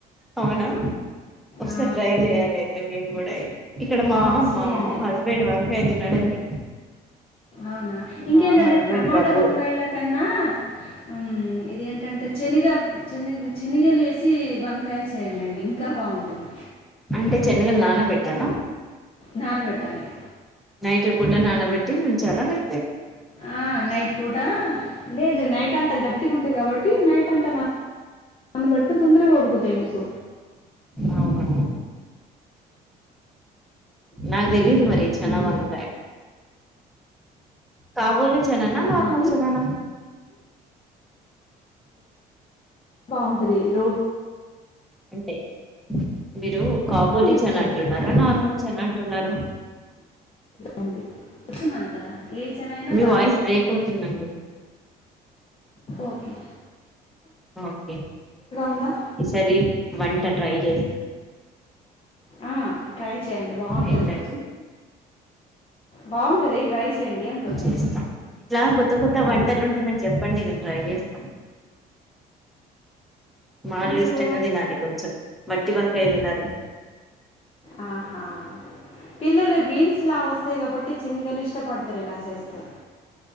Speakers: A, in the centre; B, on the left (about 35°).
A: అవునా ఒకసారి
B: ఆ!
A: ట్రై చేయాలి అయితే మేము కూడ అయి ఇక్కడ మా
B: చేయండి.
A: మా హస్బెండ్ వంకయ తినడండి
B: అవునా ఇంకేంటంటే
A: మా హస్బెండ్
B: టమాట
A: గబ్బు
B: వంకాయల కన్నా ఆ ఇదేంటంటే శనగనిగ శనగ లే వేసి వంకా చేయండిండి ఇంకా బాగుంటది
A: అంటే శనగలు నానబెట్టాలా
B: నానబెట్టాలి
A: నైట్ పుట్ట నానబెట్టి ఉంచాల లే
B: ఆ నైట్ పూటా లే నైట్ అంతా గట్ ట్టి ఉంటాయి కాబట్టి నైట్ అంతా నా నానబడితే తొందరగ ఉడుకుతాయి మీకు
A: అవునా నాకు తెలిదు మరి చనా
B: హ్మ్.
A: వంకాయ్ కాబోలి చెనన్న నార్మల్
B: కాబట్టి
A: చెననా
B: బాగుంటది రో
A: అంటే మీరు కాబోలీ
B: యూస్
A: చన
B: చేయొచ్చు
A: అంటున్నారా నార్మల్ చని అంటున్నారు
B: అండి చూస్తున్నాను కదా ఏ చెనయినా
A: మీ
B: పర్లేదు
A: వాయిస్ బ్రేక్ అవుతుందండి
B: ఒకే
A: ఒకే
B: ఉందా
A: ఈసారి వంట ట్రై చేస్
B: ఆ ట్రై చేయండి బాగుంటది
A: ఏంటండి
B: బాగుంటది ట్రై చేయండి అంటున్నా
A: చేస్త ఇట్లా కొత్త కొత్త
B: ఉమ్,
A: వంటలు ఉంటే న చెప్పండి నేను ట్రై చేస్ మా వాళ్ళు
B: మీరు
A: ఇష్టంగా తినాలి కొంచెం వట్టి వంకాయ తినరు
B: ఆ పిల్లలు బీన్స్ లా వస్తాయి కాబట్టి శన్నగలు ఇష్టపడతారు ఇలా చేస్తే